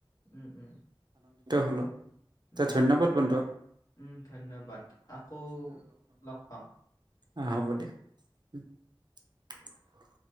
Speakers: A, on the left; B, on the right.
A: উম উম,
B: হলো তে
A: অ'
B: ধন্যবাদ বন্ধু
A: উম ধন্যবাদ! আকৌ লগ পাম।
B: আহ হ'ব দিয়া <inaudible>